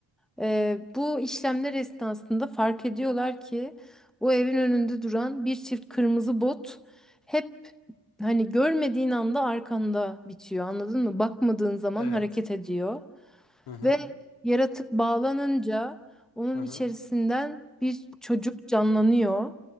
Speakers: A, in the centre; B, on the left.
A: e, bu işlemler esnasında fark ediyorlar ki o evin önünde duran bir çift kırmızı bot hep hani görmediğin anda arkanda bitiyor. Anladın mı? Bakmadığın zaman
B: Evet.
A: hareket ediyor
B: Hı hı.
A: ve yaratık bağlanınca onun
B: Hı hı.
A: içerisinden bir çocuk canlanıyor